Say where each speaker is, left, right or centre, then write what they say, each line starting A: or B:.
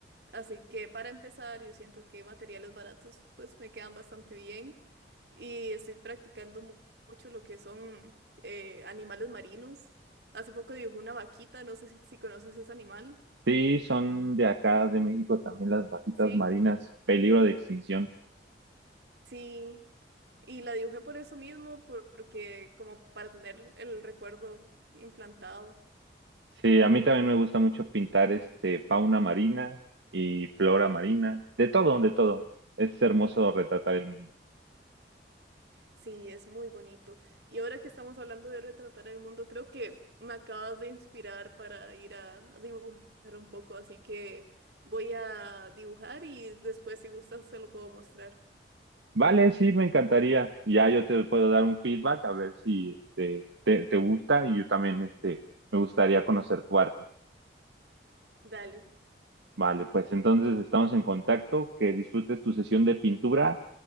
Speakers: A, on the right; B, on the right.
A: Así que para empezar, yo siento que materiales baratos pues me quedan bastante bien y estoy practicando mu- mucho lo que son eh, animales marinos. Hace poco dibujé una vaquita, no sé si, si conoces ese animal.
B: Sí, son de acá, de México, también las vaquitas
A: Sí,
B: marinas, peligro de extinción.
A: sí. Y la dibujé por eso mismo, por- porque como para tener el recuerdo implantado.
B: Sí, a mí también me gusta mucho pintar este fauna marina y flora marina, de todo, de todo. Es hermoso retratar el mundo.
A: Sí, es muy bonito. Y ahora que estamos hablando de retratar el mundo, creo que me acabas de inspirar para ir a dibujar un poco, así que voy a dibujar y después si gustas se lo puedo mostrar.
B: Vale, sí, me encantaría. Ya yo te puedo dar un feedback a ver si este, te, te gusta y yo también este, me gustaría conocer tu arte.
A: Dale.
B: Vale, pues entonces estamos en contacto, que disfrutes tu sesión de pintura